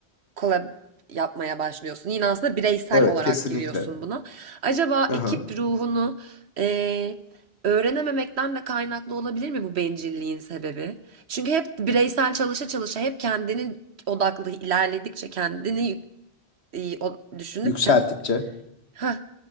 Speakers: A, on the right; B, on the left.
A: kolab yapmaya başlıyorsun. Yine aslında bireysel
B: Evet
A: olarak
B: kesinlikle.
A: giriyorsun buna. Acaba
B: Aha.
A: ekip ruhunu eee, öğrenememekten de kaynaklı olabilir mi bu bencilliğin sebebi? Çünkü hep bireysel çalışa çalışa hep kendini odaklı ilerledikçe kendini e, o- düşünüp
B: Yükselttikçe.
A: ke- Heh.